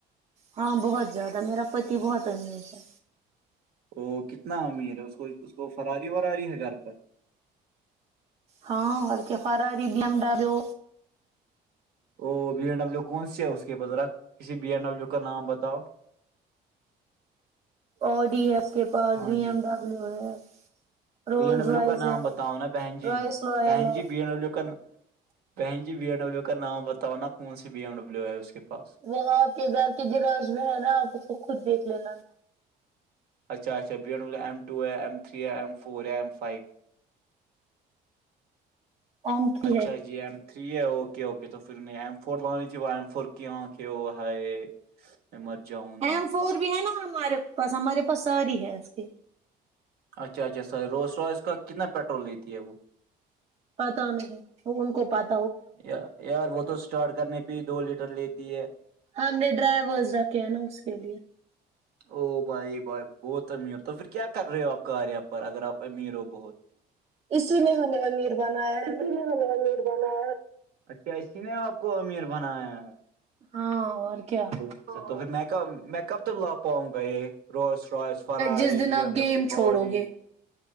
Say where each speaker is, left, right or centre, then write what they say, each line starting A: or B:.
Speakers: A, on the right (about 40°); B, on the right (about 65°).
A: ہاں بہت زیاد میرا پتی بہت امی ہے
B: وہ کتنا امیر ہے اس کو اس کو فراری وراری ہے گھر پر
A: ہاں اور کیا فارا ربم ڈارو
B: ا بی ایین ڈبلو کون سے ہے اس کے پ ذرا کسی بی ایین ڈبلو کا نام بتاؤ
A: اور ڈ ہی ہے کے پاس
B: ہاں
A: بی
B: جی
A: ایم ڈبلیو ہے رولس
B: بی ایین ڈبلو
A: رائس
B: کا نام
A: ہے
B: بتاؤ نا بہن جی
A: رائس رائل
B: بہن
A: ہے
B: جی بی ایین ڈبلو کا بہن جی بی ایم ڈبلو کا نام بتانا کون سی بی ایم ڈبلو ہے اس کے پاس
A: وہ آپ کے گھر کے گراج میں ہے نا آپ اس کو خود دیکھ لینا نا
B: اچھا اچھا <inaudible> ایم ٹو ہے ایم تھری ایم فور ہے ایم فایب
A: <inaudible> ایم تھری
B: اچھا
A: ہے
B: جی ایم تھری ہے اوکے اوکے تو پھر نہیں ایم فور بنانی <inaudible> چاہے وہ ایم فور کیوں کیوں ہاے میں مر جاؤں <inaudible>
A: ایم فور
B: پر
A: بھی ہے نا ہمارے پاس ہمارے پاس ساری ہے اس کی
B: اچھا اچھا روز سوا <inaudible> اس کا کتنا پیٹرول لیتی ہے وہ
A: پتا نہیں ان کو پت <unintelligible>
B: یار یار وہ تو اسٹارٹ کرنے پہ ہی دو لیٹر لیتی ہے
A: ہم نے ڈرائیورس رکھے ہے نا اس کے لیے
B: او بھائی بھائی بہت امیر ہو تو پھر کیا کر رہے ہو آپ کار پر اگر آپ امیر ہو بہت
A: اسی نے ہمیں امیر بنایا ہے
B: اسی
A: نا
B: نے امیر بنایا اچھا اسی نے آپ کو امیر بنایا ہے
A: ہاں اور کیا <unintelligible>
B: <inaudible> تو پھر میں کب میں کب تک لا پاؤں گا یہ روز ف <inaudible> اس فراری
A: جس دن
B: بی
A: آپ
B: ایم
A: گیم
B: ڈبلیو
A: چھوڑو
B: فوری
A: گے